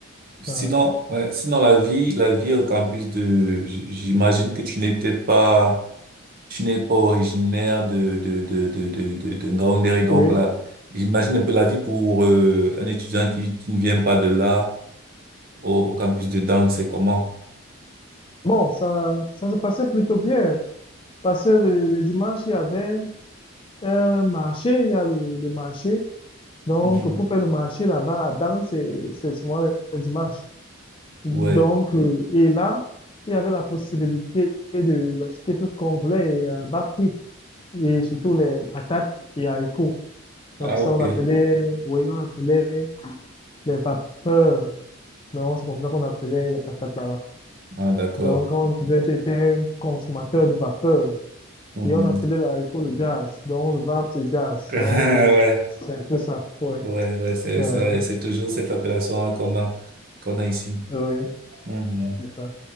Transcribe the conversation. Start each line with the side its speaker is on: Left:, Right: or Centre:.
Right: Sinon,
Left: Euh,
Right: ouais, sinon la vie, la vie au campus de, j- j'imagine que tu n'étais pas, tu n'es pas originaire de de de de de de, de Ngaoundéré. donc
Left: oui.
Right: là, j'imagine un peu la vie pour euh, un étudiant qui qui ne vient pas de là au, au campus de Dang, c'est comment?
Left: Bon, ça, ça se passait plutôt bien. Parce que le, le dimanche, il y avait un marché, il y a le, le marché. Donc,
Right: Mhm.
Left: pour faire le marché là-bas, à Dang, c'est, c'est souvent le dimanche. Donc,
Right: Ouais.
Left: euh, et là, il y avait la possibilité de acheter tout ce qu'on voulait et à bas prix. Et surtout les patates et haricots. Donc,
Right: Ah
Left: ça,
Right: ok.
Left: on appelait, oui, on appelait les vapeurs. Non, c'est comme ça qu'on appelait les patates là-bas.
Right: Ah d'accord.
Left: Donc, on disait que j'étais un consommateur de vapeur.
Right: Mhm.
Left: Et on appelait le haricot le jazz. Donc, le vape, c'est jazz.
Right: <laughs>
Left: Donc, euh, c'est un peu ça. Ouais.
Right: Ouais ouais ouais c'est
Left: Euh,
Right: c'est c'est toujours cette appellation-là qu'on a qu'on a ici.
Left: oui,
Right: Mhm.
Left: c'est ça.